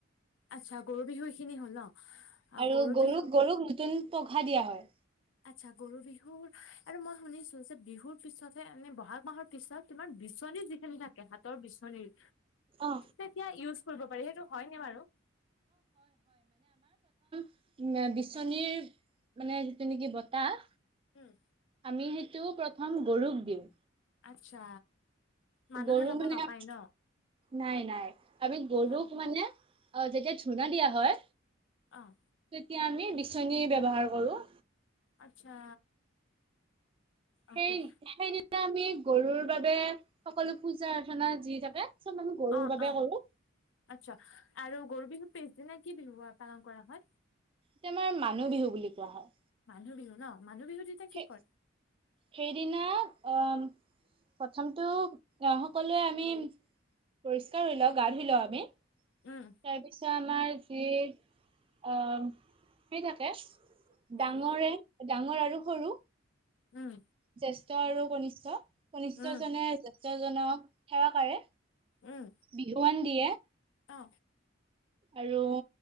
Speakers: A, on the left (about 70°); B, on the right (about 30°).
A: আচ্ছা গৰু বিহু এইখিনি হ'ল ন? আ,
B: আৰু
A: গৰু
B: গৰুক
A: বিহু
B: -গৰুক নতুন পঘা দিয়া হয়।
A: আচ্ছা গৰু বিহুৰ আৰু মই শুনিছো যে বিহুৰ পিছতহে এনে বহাগ মাহৰ পিছত তোমাৰ বিচনী যিখিনি থাকে হাতৰ বিচনীৰ
B: অ
A: তেতিয়া ইউজ কৰিব পাৰি সেইটো হয় নে বাৰু?
B: উ', বিচনীৰ মানে যিটো নেকি বতাহ
A: উম,
B: আমি সেই টো, প্ৰথম গৰুক দিওঁ।
A: আচ্ছা। মানুহে
B: গৰু
A: ল'ব
B: মানে,
A: নাপায় ন
B: নাই - নাই আমি গৰুক
A: অ
B: মানে অ ', যেতিয়া ধুনা দিয়া হয়
A: অ',
B: এতিয়া আমি বিচনী ব্যৱহাৰ কৰো।
A: আচ্ছা। অকে',
B: সেই সেইদিনা আমি গৰুৰ বাবে সকলো পূজা অৰ্চনা যি থাকে। চব আমি গৰুৰ
A: অ',
B: বাবে
A: - অ',
B: কৰো
A: আচ্ছা আৰু। গৰু বিহুৰ পিছদিনা কি বিহু পালন কৰা হয়।
B: তে আমাৰ মানুহ বিহু বুলি কোৱা হয়।
A: মানুহ বিহু ন। মানুহ বিহু তেতিয়া কি
B: সেই
A: কৰে
B: সেইদিনা অ', প্ৰথমটো আহ' সকলোৱে আমি পৰিষ্কাৰ হৈ লও গা ধুই লও আমি।
A: উম
B: তাৰ পিছত আমাৰ হেএ অ ঠিক আছে
A: ডাঙৰ,
B: ডাঙৰে ডাঙৰ আৰু সৰু
A: উম
B: জেষ্ঠ আৰু কনিষ্ঠ কনিষ্ঠজনে
A: উম
B: জে তজনক সেৱা কাৰে
A: উম
B: বিহুৱান দিয়ে
A: অ
B: আৰু